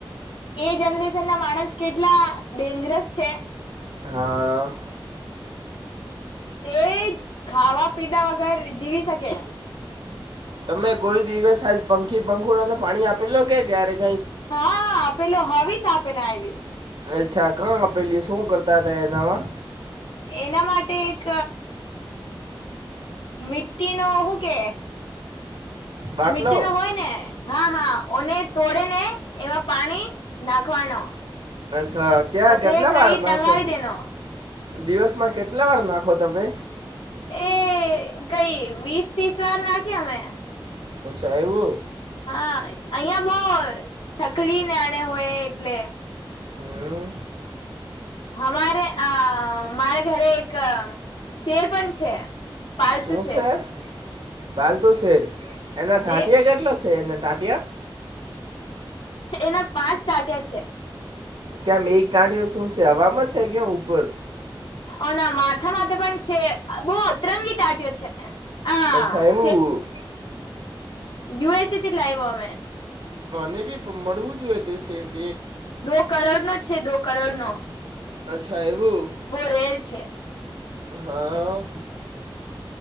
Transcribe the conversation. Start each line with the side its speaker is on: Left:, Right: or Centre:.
Left: એ જનરેશન ના માણસ કેટલા ડેન્જરસ છે.
Right: હા
Left: તે ખાવા પીતા વગર જીવી શકે.
Right: તમે કોઈ દિવસ આજ પંખી પંખૂળા અને પાણી આપેલો કે ક્યારેક
Left: હા આપેલો હશ આપેને આવી
Right: અચ્છા કં આપેલી શું કરતા હતા એનામાં
Left: એના માટે એક મિ્ટી નો હું કે
Right: બાટલો
Left: મી્ટી નો હોય ને હા હા ઓને તોડે ને એમાં પાણી નાખવાનો
Right: અચછા ક્યાં
Left: પછી
Right: કેટલા
Left: કઈ
Right: વાર
Left: ટંગાવી
Right: નાખો
Left: દેનો
Right: દિવસમાં કેટલા વાર નાખો તમે
Left: એ કઈ વીસ ત્રીસ વાર નાખી અમે
Right: હ ચાહેવ
Left: હા અહિયાં બઉ છકડી નાણે હોય એટલે
Right: હમ્મ
Left: અમારે અ મારે ઘરે એક શેર પણ છે. પાલતુ
Right: શું છે
Left: શેર
Right: પાલતુ શેર એના ટાંટિયા
Left: જે
Right: કેટલા છે એના ટાંટિયા
Left: એના પાંચ ટાટિયા છે.
Right: કેમ એક તાંટીઓ શું છે હવામાં છે કેમ ઉપર
Left: ઓના માથા માથે પણ છે બહ અતરંગી તાટ્યો છે આ
Right: અચ્છા એવુ
Left: યુએસસીથી લાઇવ અમે
Right: મને બી મળવું જોઈએ તે સેવ દ
Left: દો કરોડનો છે દો કરોડનો.
Right: અચ્છા એવું.
Left: બો રેર છે.
Right: હા